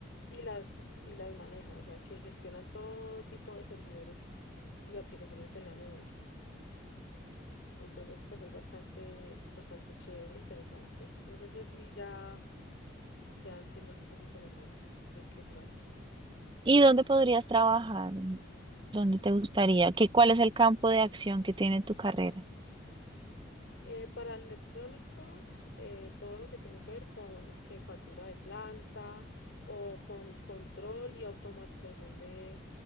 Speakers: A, on the left; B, on the right.
A: y, las, y las manejan, o sea, que gestionan todo tipo de servidores y aplicaciones en la nube. Entonces, pues es bastante, bastante chévere, interesante. No sé si así ya, ya entiendas un poquito mejor de qué trata.
B: ¿Y dónde podrías trabajar? ¿Dónde te gustaría? ¿Qué, cuál es el campo de acción que tiene tu carrera?
A: Eh, para electrónicos, eh, todo lo que tiene que ver con jefatura de planta o con control y automatización de,